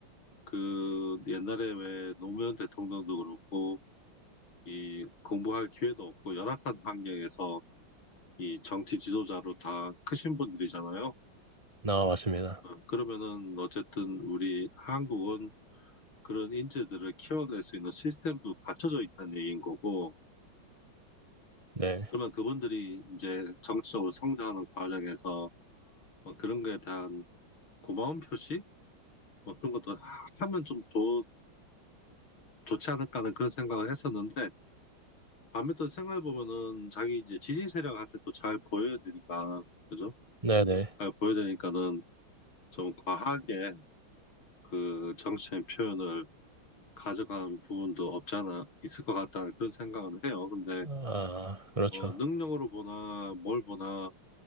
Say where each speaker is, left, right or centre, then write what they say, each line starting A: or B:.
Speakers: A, on the left (about 85°); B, on the right (about 15°).
A: 그, 옛날에 왜 노무현 대통령도 그렇고, 이, 공부할 기회도 없고, 열악한 환경에서 이 정치 지도자로 다 크신 분들이잖아요.
B: 나와봤습니다.
A: 어, 그러면은, 어쨌든 우리 한국은 그런 인재들을 키워낼 수 있는 시스템도 갖춰져 있다는 얘기인 거고,
B: 네.
A: 그러면 그분들이 이제 정치적으로 성장하는 과정에서 뭐 그런 거에 대한 고마운 표시? 뭐 그런 것도 하면 좀 더, 좋지 않을까 하는 그런 생각을 했었는데, 밤에 또 생각해 보면은 자기 이제 지지 세력한테 또 잘 보여야 되니까, 그죠?
B: 네네.
A: 잘 보여야 되니까는 좀 과하게 그 정치적인 표현을 가져간 부분도 없지 않아 있을 것 같다는 그런 생각은 해요. 근데,
B: 아, 그렇죠.
A: 어 능력으로 보나, 뭘 보나,